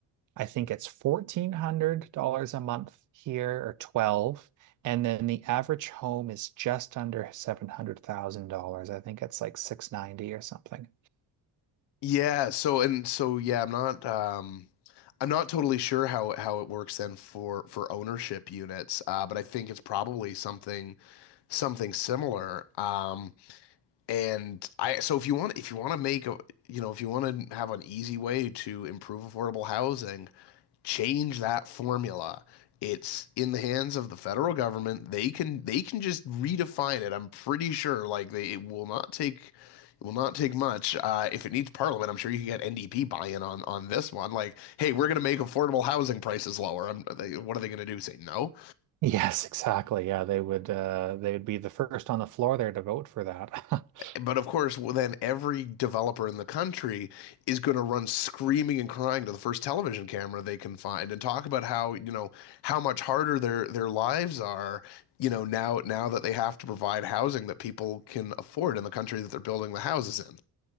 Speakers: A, on the right; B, on the left.
A: I think it's fourteen hundred dollars a month here or twelve, and then the average home is just under seven hundred thousand dollars. I think it's like six ninety or something.
B: Yeah, so and so yeah, I'm not um I'm not totally sure how how it works then for for ownership units, uh, but I think it's probably something something similar. Um, And I, so if you want, if you want to make a, you know, if you want to have an easy way to improve affordable housing, change that formula. It's in the hands of the federal government. They can they can just redefine it. I'm pretty sure like they it will not take it will not take much. Uh, if it needs parliament, I'm sure you can get NDP buy-in on on this one. Like, hey, we're going to make affordable housing prices lower. I'm, they, what are they going to do? Say no?
A: Yes, exactly. Yeah, they would uh they would be the first on the floor there to vote for that. <laughs>
B: But of course, well, then every developer in the country is going to run screaming and crying to the first television camera they can find and talk about how, you know, how much harder their their lives are, you know, now now that they have to provide housing that people can afford in the country that they're building the houses in.